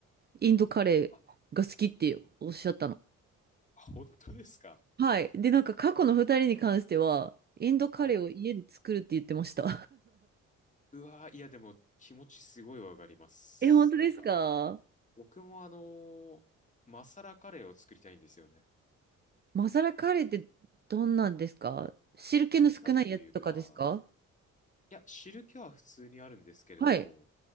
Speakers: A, on the right; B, on the left.
A: インドカレーが好きっておっしゃったの。
B: あ、あ本当ですか。
A: はい。で、なんか過去の2人に関しては、インドカレーを家で作るって言ってました。
B: はい。うわー、いや、でも気持ちすごいわかります。
A: え、本当ですか
B: なんか、僕もあのーマサラカレーを作りたいんですよね。
A: マサラカレーってどんなんですか汁気の少ないやつとかですか
B: なんというか、いや、汁気は普通にあるんですけれども、
A: はい。